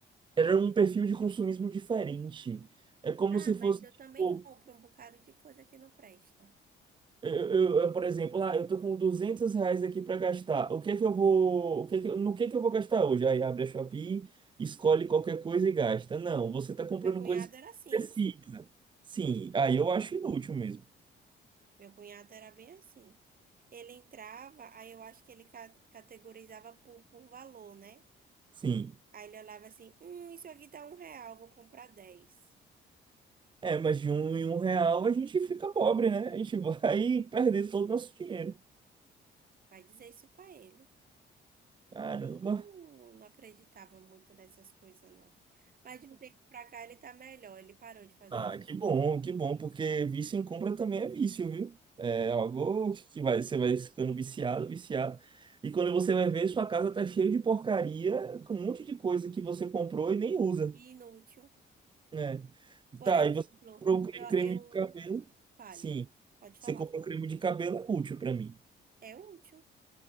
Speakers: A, on the right; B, on the right.
A: era um perfil de consumismo diferente. É como
B: Ah,
A: se
B: mas
A: fosse.
B: eu
A: tipo,
B: também compro um bocado de coisa que não presta.
A: Eu, eu- eu, por exemplo, ah, eu tô com 200 reais aqui para gastar. O que que eu vou, o que que, eu- no que que eu vou gastar hoje? Aí abre a Shopee, escolhe qualquer coisa e gasta. Não, você tá comprando
B: Meu cunhado
A: coisas que
B: era assim.
A: precisa. Sim, aí eu acho inútil mesmo.
B: Meu cunhado era bem assim. Ele entrava, aí eu acho que ele ca- categorizava por, por valor, né?
A: Sim.
B: Aí ele olhava assim: hum, isso aqui tá um real, vou comprar dez.
A: É, mas de um em um real a gente fica pobre, né? A gente vai <laughs> perder todo o nosso dinheiro.
B: Vai dizer isso pra ele.
A: Caramba.
B: Ele não, não acreditava muito nessas coisas, não. Mas de um tempo pra cá ele tá melhor, ele parou de fazer.
A: Ah, que bom, que bom, porque vício em compra também é vício, viu? É algo que vai, você vai ficando viciado, viciado. E quando você vai ver, sua casa tá cheia de porcaria, com um monte de coisa que você comprou e nem usa,
B: Inútil.
A: né?
B: Por
A: Tá,
B: exemplo,
A: e você comprou um cre-
B: eu,
A: creme
B: eu
A: de cabelo?
B: Fale,
A: Sim,
B: pode falar.
A: você comprou um creme de cabelo, é útil pra mim.
B: É útil.